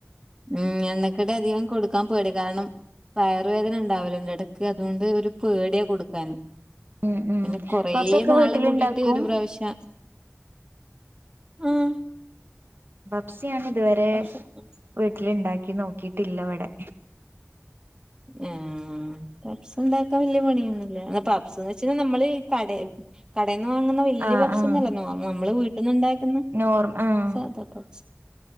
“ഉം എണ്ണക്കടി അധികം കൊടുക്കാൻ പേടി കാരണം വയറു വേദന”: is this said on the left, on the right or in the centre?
Right